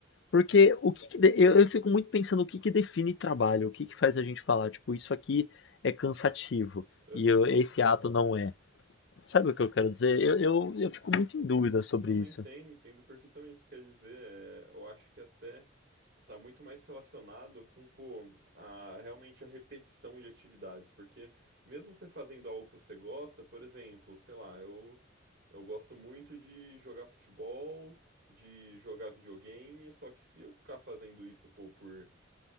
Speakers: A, on the left; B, on the right.
A: Porque o que, que de- eu, eu fico muito pensando o que que define trabalho, o que que faz a gente falar, tipo, isso aqui é cansativo
B: Aham.
A: e eu- esse ato não é. Sabe o que eu quero dizer? Eu, eu, eu fico muito em dúvida sobre
B: Não,
A: isso.
B: entendo, entendo perfeitamente o que quer dizer. É, eu acho que até tá muito mais relacionado com, pô, a, realmente a repetição de atividades. Porque mesmo você fazendo algo que você gosta, por exemplo, sei lá, eu, eu gosto muito de jogar futebol, de jogar videogame, só que se eu ficar fazendo isso, pô, por